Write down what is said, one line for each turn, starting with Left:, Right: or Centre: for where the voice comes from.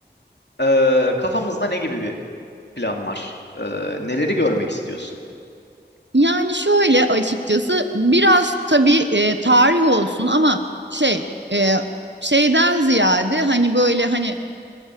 Left: e, kafamızda ne gibi bir plan var? E, neleri görmek istiyorsun?
Right: Yani şöyle açıkçası biraz tabii e, tarih olsun ama şey e, şeyden ziyade hani böyle hani